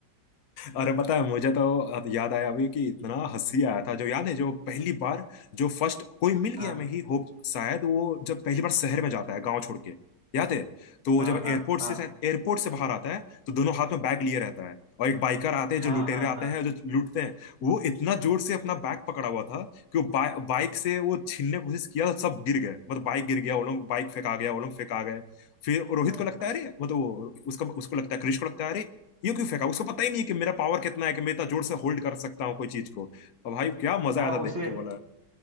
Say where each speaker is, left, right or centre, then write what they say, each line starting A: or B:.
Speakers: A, on the left (about 60°); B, on the right (about 40°).
A: अरे पता है मुझे तो याद आया अभी कि इतना हंसी आया था जो याद है जो पहली बार जो फर्स्ट कोई मिल
B: हाँ
A: गया मैं ही होप शायद वो जब पहली बार शहर में जाता है गांव छोड़ के याद है तो वो
B: हाँ
A: जब
B: हाँ
A: एयरपोर्ट
B: हाँ
A: से एयरपोर्ट से बाहर आता है तो दोनों हाथ में बैग लिए रहता है और एक बाइकर आते हैं
B: हाँ
A: जो लुटेरे
B: हाँ
A: आते
B: हाँ
A: हैं जो लूटते हैं वो इतना जोर से अपना बैग पकड़ा हुआ था कि वो बा, बाइक से वो छीनने की कोशिश किया तो सब गिर गए मतलब बाइक गिर गया वो लोग बाइक फेंका गया वो लोग फेंका गए फिर रोहित
B: हाँ
A: को लगता है अरे मतलब वो उसका उसको लगता है कृष को लगता है अरे यूं क्यों फेंका उसको पता ही नहीं है कि मेरा पावर कितना है कि मैं इतना जोर से होल्ड कर सकता हूँ कोई चीज को और भाई क्या मजा
B: हाँ
A: आया था
B: उसे
A: देख के बोला